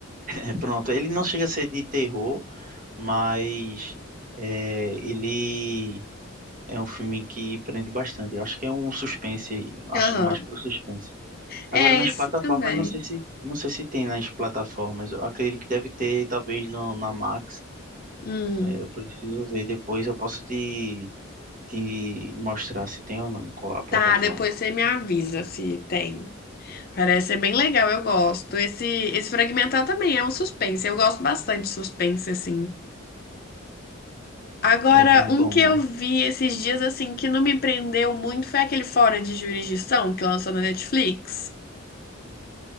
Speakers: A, on the right; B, on the left.
A: É, pronto, ele não chega a ser de terror, mas é, ele é um filme que prende bastante. Eu acho que é um suspense, eu acho
B: Aham.
A: que é mais pro suspense.
B: É,
A: Agora nas
B: esse
A: plataformas,
B: também.
A: não sei se não sei se tem nas plataformas. Eu acredito que deve ter, talvez no, na Max.
B: Hum.
A: É, eu preciso ver depois. Eu posso te, te mostrar se tem ou não qual a plataforma.
B: Tá, depois você me avisa se tem. Parece ser bem legal, eu gosto. Esse, esse Fragmentar também é um suspense. Eu gosto bastante de suspense, assim. Agora,
A: É bem
B: um
A: bom,
B: que
A: né?
B: eu vi esses dias, assim, que não me prendeu muito foi aquele Fora de Jurisdição que lançou na Netflix.